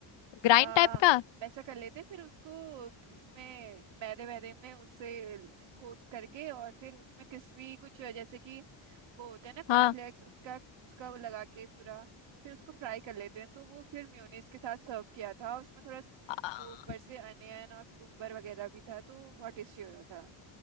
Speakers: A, on the left (about 60°); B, on the right (about 60°).
A: ग्राइंड
B: हाँ
A: टाइप का
B: वैसा कर लेते हैं फिर उसको उसमें मैदे वैदे में उससे कोट करके और फिर उसमें क्रिस्पी कुछ जैसे कि वो होते हैं ना कॉर्नफ्लेक्स
A: हाँ
B: उसका उसका वो लगा के पूरा फिर उसको फ्राई कर लेते हैं तो वो फिर मेयोनीज के साथ सर्व किया था उसमें थोड़ा स-
A: अ-
B: वो ऊपर से अनियन और कुकुम्बर वगैरह भी था तो बहुत टेस्टी हो रहा था